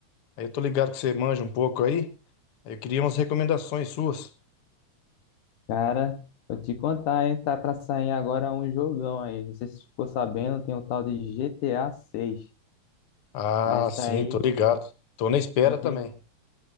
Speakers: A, on the left; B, on the left.
A: Aí eu tô ligado que você manja um pouco aí. Aí eu queria umas recomendações suas.
B: Cara, vou te contar, hein? Tá pra sair agora um jogão aí. Não sei se você ficou sabendo, tem um tal de GTA 6.
A: Ah,
B: Vai sair
A: sim, tô ligado. Tô na espera
B: no
A: também.
B: fim.